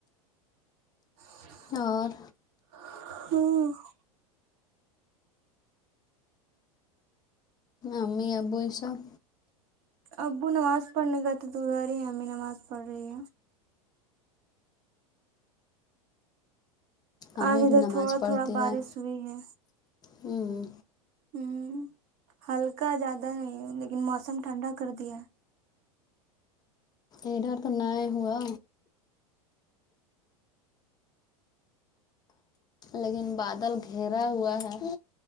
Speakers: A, on the right; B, on the left.
A: ہاں
B: اور امی ابو سب
A: ابو نماز پڑھنے کا تو ادر ہی ہے امی نماز پڑھ رہی ہے
B: امی
A: آج ادھر
B: بھی نماز
A: تھوڑا
B: پڑھتی
A: تھوڑا بارش
B: ہیں
A: ہوئی ہے
B: ہمم
A: ہوں ہلکا زیادہ نہیں لیکن موسم ٹھنڈا کر دیا
B: ادھر تو نئی ہوا لیکن بادل گھیرا ہوا ہے